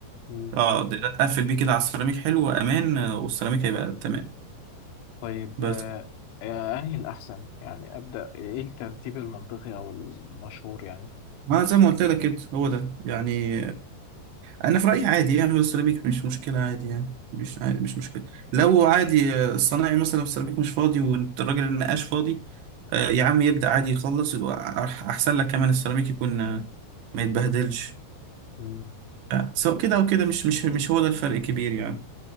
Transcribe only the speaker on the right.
اه ده ده تقفل بيه كده على السيراميك حلو وامان آه، والسيراميك هيبقى تمام
بس
ما زي ما قلت لك كده هو ده يعني انا في رايي عادي يعمل السيراميك مش مشكله عادي يعني مش عادي
مش مشكله لو عادي آه، الصنايعي مثلا في السيراميك مش فاضي والراجل النقاش فاضي آه، يا عم يبدا عادي يخلص يبقى أح- احسن لك كمان السيراميك يكون آه، ما يتبهدلش
آه، سواء كده او كده مش مش مش هو ده الفرق الكبير يعني